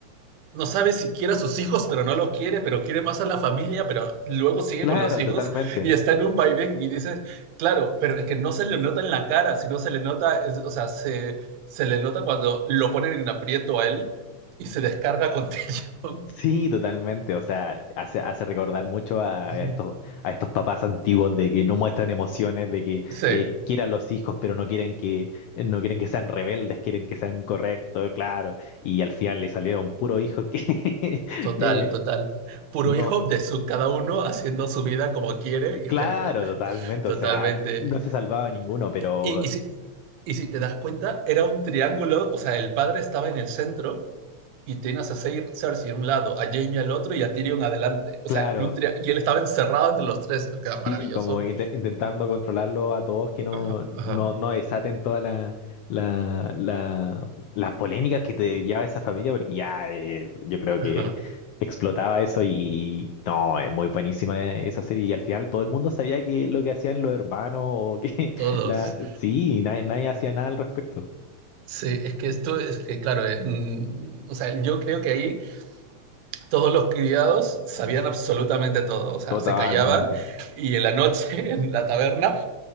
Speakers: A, on the right; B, on the left.
A: no sabe si quiere a sus hijos, pero no los quiere, pero quiere más a la familia, pero luego sigue
B: Claro,
A: con los hijos
B: totalmente.
A: y está en un vaivén y dice, claro, pero es que no se le nota en la cara, sino se le nota, es- o sea, se, se le nota cuando lo ponen en aprieto a él y se descarga con <laughs> Tyrion.
B: Sí, totalmente. O sea, hace, hace recordar mucho a
A: Ujú.
B: estos, a estos papás antiguos de que no muestran emociones, de que
A: Sí,
B: eh, quieran los hijos, pero no quieren que, no quieren que sean rebeldes, quieren que sean correctos, claro. Y al final le salieron puro hijo que <laughs>
A: Total,
B: eh,
A: total. Puro
B: no,
A: hijo de su cada uno haciendo su vida como quiere. y
B: claro,
A: ja, <laughs>
B: totalmente.
A: Totalmente.
B: O sea, no se salvaba ninguno, pero
A: Y, y si, y si te das cuenta, era un triángulo, o sea, el padre estaba en el centro y tenías a Ser- Cersei a un lado, a Jaime al otro y a Tyrion adelante. O
B: claro.
A: sea, en un tria- y él estaba encerrado entre los tres. que era
B: Sí,
A: maravilloso.
B: como inte- intentando controlarlo a todos que no,
A: Ajá, ajá,
B: no, no desaten toda la, la, la- las polémicas que te lleva esa familia, porque ya eh, yo creo que
A: ajá.
B: explotaba eso y no, es muy buenísima esa serie. Y al final todo el mundo sabía que lo que hacían los hermanos o que <laughs>
A: Todos.
B: la sí, nadie, nadie hacía nada al respecto.
A: Sí, es que esto es que, claro, eh, mm, o sea, yo creo que ahí todos los criados sabían absolutamente todo, o sea,
B: Totalmente.
A: se callaban y en la noche, <laughs> en la taberna,